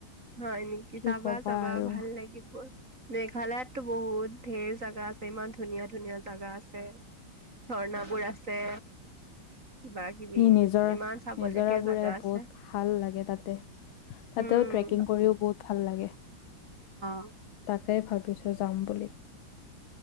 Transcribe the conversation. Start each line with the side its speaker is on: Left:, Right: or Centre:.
Right: হয় নেকি
Left: কি
Right: যাবা
Left: কবা
Right: যাবা
Left: আৰু
Right: ভাল লাগিব। মেঘালয়ততো বহুত ধেৰ জাগা আছে ইমান ধুনীয়া, ধুনীয়া জাগা আছে। ঝৰ্ণাবোৰ আছে। কিবা কিবি
Left: সি নিজৰা,
Right: ইমান চাবলগীয়া
Left: নিজৰাবোৰে
Right: জাগা আছে
Left: বহুত ভাল লাগে তাতে। তাতেও
Right: উম
Left: ট্ৰেকিং কৰিও বহুত ভাল লাগে
Right: অ
Left: তাকেই ভাবিছোঁ যাম বুলি।